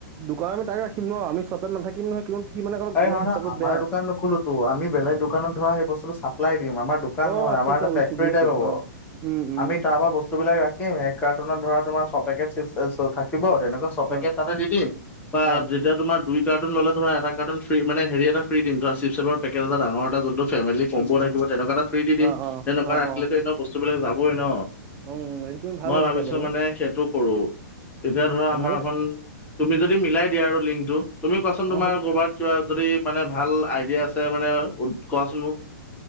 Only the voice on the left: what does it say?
এই নহয় নয়
আমাৰ
দোকান নোখোলোটো, আমি বেলেগ দোকানত ধৱা হেই বস্তুটো চাপ পিলাই দিম। আমাৰ দোকান
নহয়,
আমাৰ
এটা
ফেক্টৰী
টাইপ হ'ব।
আমি তাপা বস্তু বিলাক ৰাখিম এ কাৰ্টুনত ধৱা তোমাৰ ছপেকেট ছিপছ্ <unintelligible> থাকিব। তেনেকুৱা ছপেকেট
তাতে দি দিম বা
দি এতিয়া তোমাৰ দুই কাৰ্টন ল'লে ধৰা এটা কাৰ্টন ফ্ৰী মানে এটা ফ্ৰী দিম ধৰা চিপচ এপৰ পেট এটা ডাঙৰ এটা যোনটো ফেমিলি কম'ব
থাকিব তেনেকুৱা এটা ফ্ৰী দিম,
তেনেকুৱা
ৰাখিলেটো
এনে বস্তুবিলাক যাবই ন।
মই
ভাবিছো
মানে সেইটো কৰো, তেতিয়া ধৰা
আমাৰ
অকন - তুমি যদি মিলাই দিয়া আৰু লিংকটো তুমি কোৱাচোন তোমাৰ
ক'ৰবাত কিবা যদি মানে ভাল আইডিয়া আছে মানে কোৱাচোন মোক